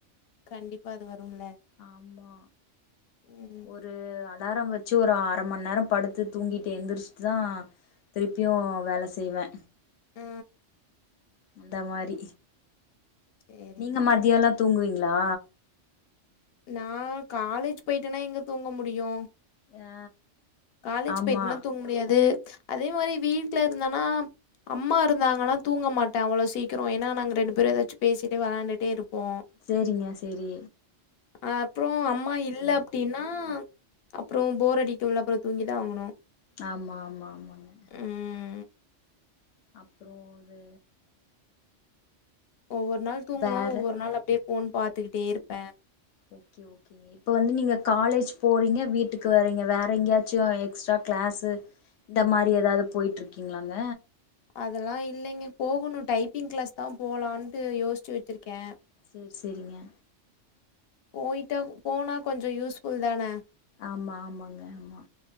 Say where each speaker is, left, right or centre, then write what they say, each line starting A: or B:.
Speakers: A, on the left; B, on the left.
A: கண்டிப்பா அது வரும்ல
B: ஆமா
A: ம்
B: ஒ ரு அலாரம் வச்சு ஒரு அர மண் நேரம் படுத்து தூங்கிட்டு எந்திரிச்சிட்தா திருப்பியு வேல செய்வே
A: அ
B: அந்த மாரி
A: சேரிங்க
B: நீங்க
A: சேரிங்க
B: மதியல்லா தூங்குவீங்களா
A: நா காலேஜ் போய்ட்டேனா எங்க தூங்க முடியு
B: ஆ ஆ
A: காலேஜ்
B: ஆமா
A: போய்ட்னா தூங் முடியாது அதே மாரி வீட்ல இருந்தனா அம்மா இருந்தாங்கன்னா தூங்க மாட்ட அவ்வளோ சீக்கிரோ ஏன்னா நாங்க ரெண்டு பேரு எதாச்சும பேசிட்டே வெளாண்டுட்டே இருப்போ
B: சேரிங்க சேரி
A: அ அப்றோ அம்மா இல்ல அப்டின்னா அப்றோ போர் அடிக்கும்ல அப்றோ தூங்கி தா ஆகணு
B: ஆமா ஆமா ஆமாங்க
A: ம்
B: அப்றோ அது
A: ஒவ்வொரு நாள் தூங்குவ
B: வேற
A: ஒவ்வொரு நாள் அப்டியே போன் பாத்துகிட்டே இருப்பே
B: ஓகே ஓகே இப்ப வந்து நீங்க காலேஜ் போறீங்க வீட்டுக்கு வரீங்க வேற எங்கேயாச்சு எக்ஸ்ட்ரா கிளாஸ்சு இந்த மாரி எதாவது போயிட்ருக்கீங்களாங்க
A: அதெல்லா இல்லிங்க போகணு டைப்பிங் கிளாஸ் தா போலான்ட்டு யோஸ்ச்சு வச்சுருக்கே
B: சேர் செரிங்க
A: போயிட்டா போனா கொஞ்ச யூஸ்ஃபுல் தானே
B: ஆமா ஆமாங்க ஆமா